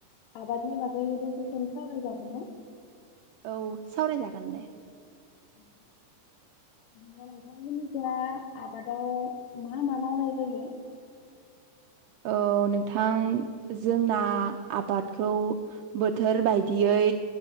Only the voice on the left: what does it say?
आबादनि बागै दसे सम सावरायजागोन ना?
अ बिदिबा नोंथां मोननि जा आबादाव मा मा मावनाय जायो?